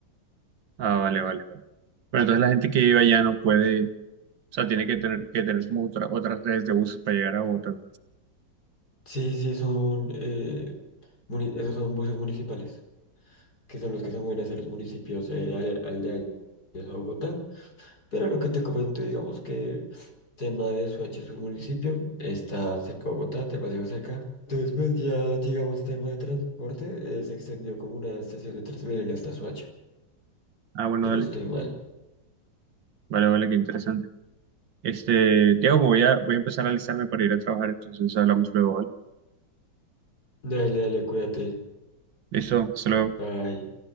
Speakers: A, on the right; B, on the left.
A: Ah, vale, vale, vale. Pero entonces la gente que vive allá no puede, o sea, tiene que tener, que tener como otra- otras redes de buses para llegar a Bogotá.
B: Sí, sí, son, eh, muni- esos son buses municipales, que son los que se mueven hacia los municipios eh, ale- aldeanos a Bogotá, pero lo que te comento, digamos que Tema de Soacha es un municipio, está cerca de Bogotá, demasiado cerca. Entonces, pues ya, digamos, tema de transporte, eh, se extendió como una estación de Transmilenio hasta Soacha,
A: Ah, bueno,
B: si
A: dale.
B: no estoy mal.
A: Vale, vale, qué interesante. Este, Tiago, me voy a, voy a empezar a alistarme para ir a trabajar, entonces hablamos luego, ¿vale?
B: Dale, dale, cuídate.
A: Listo, hasta luego.
B: Bye.